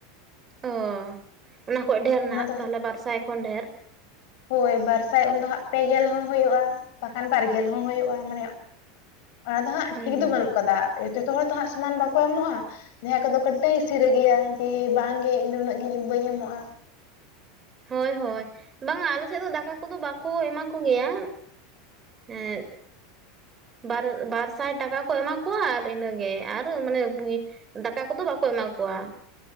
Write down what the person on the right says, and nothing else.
ᱚᱻ ᱚᱱᱟ ᱠᱷᱚᱡ ᱰᱷᱮᱨ
ᱱᱟᱜ
ᱛᱟᱦᱞᱮ
ᱵᱟᱨ ᱥᱟᱭ ᱠᱷᱚᱱ ᱰᱷᱮᱨ᱾
ᱦᱩᱸ
ᱦᱳᱭ ᱦᱳᱭ ᱵᱟᱝᱼᱟ ᱟᱞᱮ ᱥᱮᱫ ᱫᱚ ᱫᱟᱠᱟ ᱠᱚᱫᱚ ᱵᱟᱠᱚ ᱮᱢᱟ ᱠᱚᱜᱮᱭᱟ᱾ ᱮᱸᱜ ᱵᱟᱨ ᱵᱟᱨ ᱥᱟᱭ ᱴᱟᱠᱟ ᱠᱚ ᱮᱢᱟ ᱠᱚᱣᱟ ᱟᱨ ᱤᱱᱟᱹᱜᱮ ᱟᱨ ᱢᱟᱱᱮ ᱯᱩᱭ ᱫᱟᱠᱟ ᱠᱚᱫᱚ ᱵᱟᱠᱚ ᱮᱢᱟ ᱠᱚᱣᱟ᱾